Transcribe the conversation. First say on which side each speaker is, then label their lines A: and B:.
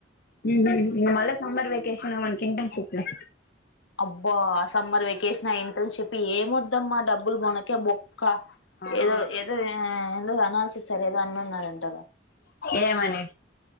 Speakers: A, on the left (about 55°); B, on the left (about 80°).
A: మిమ్మల్ని మల్లా సమ్మర్ వేక్ కేశవన్ తింటన్ చెప్పా
B: అబ్బో ఆ సమ్మర్ వెకేషన్ ఆ ఇంటర్న్షిప్ ఏమ వద్దమ్మా డబ్బులు మొనక మొక్క
A: అవును
B: ఏదో ఏదో అండ్ అనాల్సి ఇస్తార్ కదా అన్నున్నాడంటే
A: ఏమని